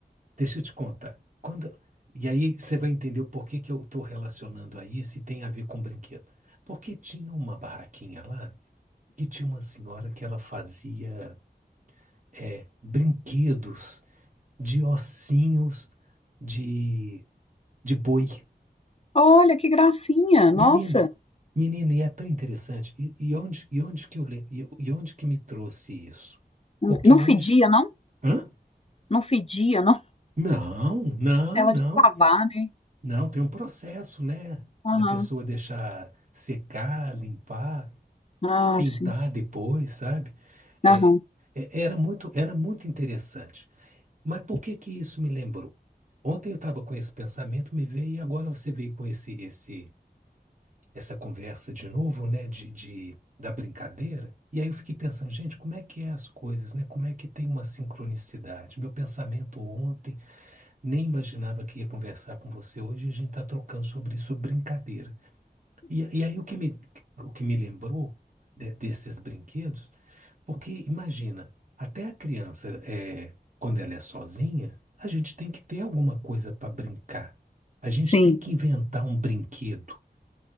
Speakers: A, on the right (about 50°); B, on the left (about 40°).
A: deixa eu te contar. Quando... E aí você vai entender o porquê que eu estou relacionando a isso e tem a ver com brinquedo. Porque tinha uma barraquinha lá que tinha uma senhora que ela fazia é, brinquedos de ossinhos de, de boi.
B: olha que gracinha, nossa.
A: Menino, menino, e é tão interessante. E, e onde, e onde que eu, le- e, e onde que me trouxe isso? Porque
B: Não
A: hoje,
B: fedia, não?
A: hã?
B: Não fedia, não?
A: Não, não,
B: Ela
A: não,
B: de lavar, né?
A: não. Tem um processo, né?
B: Aham.
A: Da pessoa deixar secar, limpar,
B: Ah,
A: pintar
B: sim.
A: depois, sabe? É,
B: Aham,
A: é- era muito, era muito interessante. Mas por que que isso me lembrou? Ontem eu estava com esse pensamento, me veio e agora você veio com esse, esse essa conversa de novo, né, de, de- da brincadeira. E aí eu fiquei pensando, gente, como é que é as coisas, né? Como é que tem uma sincronicidade? Meu pensamento ontem, nem imaginava que ia conversar com você hoje, e a gente está trocando sobre isso, sobre brincadeira. E, e aí o que me, o que me lembrou de- desses brinquedos, porque imagina, até a criança, é, quando ela é sozinha, a gente tem que ter alguma coisa para brincar. A gente
B: sim,
A: tem que inventar um brinquedo